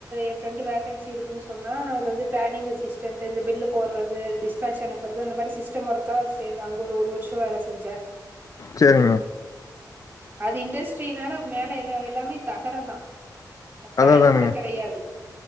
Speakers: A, on the right; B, on the left.
A: எ ஃப்ரெண்டு வேகன்சி இருக்குன்னு சொன்னா நான் அது வந்து பிளானிங் அஜிஸ்டன்டு இந்த பில்லு போ போடுறது டிஸ்பட்ச் அனுப்புறது அந்த மாரி சிஸ்டம் ஒர்கா சேந்து அங்க ஒரு ஒரு வருஷ வேல செஞ்சே
B: சேரிங்க
A: அது இண்டஸ்ட்ரினால மேல எல்லா எல்லாமே தகரந்தா ஃபேன்
B: அதா அதானுங்க
A: கூட கெடையாது